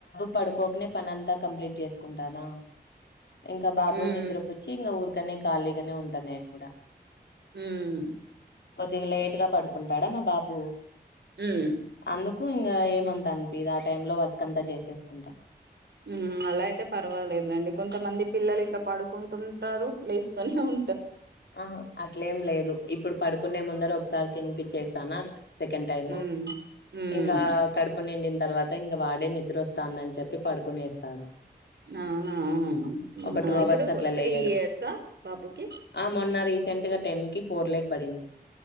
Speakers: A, on the left; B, on the right.
A: పడుకోకనే పనంతా కంప్లీట్ చేసుకుంటానా ఇంక బాబుని
B: మ్మ్
A: నిద్ర పుచ్చి ఇంగ ఊర్ కని ఖాళీగానే ఉంట నేను గుడా
B: మ్మ్ హు
A: కొద్దిగ లేట్ గా పడుకుంటాడా నా బాబు
B: మ్మ్
A: అందుకు కు ఇంగ ఏమంత అనిపియ్యదు ఆ టైంలో వర్క్ అంతా చేసేసుకుంటా
B: మ్ అలా అయితే పర్వాలేదు లెండి కొంతమంది పిల్లలు ఇట్ల పడుకుంటుంటారు లేస్తూనే ఉ
A: ఆహా అట్లేం లేదు ఇప్పుడు పడుకునే ముందర ఒకసారి తినిపిచ్చేస్తాన అ సెకండ్ టైమ్
B: హ్మ్ హ్మ్
A: ఇంకా ఆ కడుపు నిండింది తర్వాత ఇంగ వాడే నిద్ర వస్తాందని చెప్పి పడుకునేస్తాడు
B: అవునా మ్మ్
A: ఒక
B: హా ఇప్పుడు
A: అవర్స్ అట్లా
B: త్రీ
A: లేయడు.
B: ఇయర్సా బాబుకి
A: ఆ మొన్న రీసెంట్ గా టెన్ కి ఫోర్ లేకి పడింది